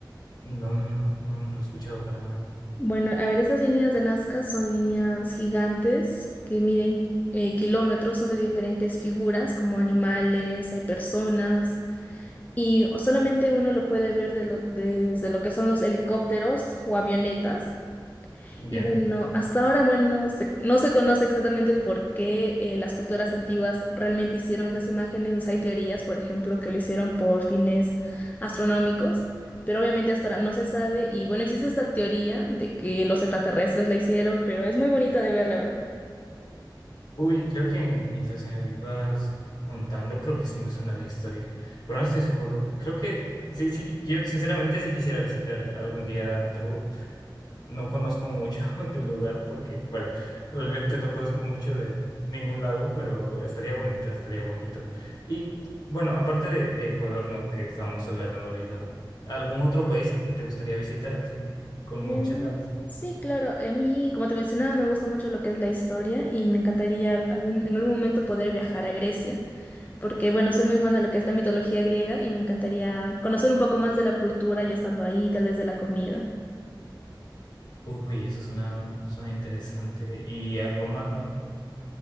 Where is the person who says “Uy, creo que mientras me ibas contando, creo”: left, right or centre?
Left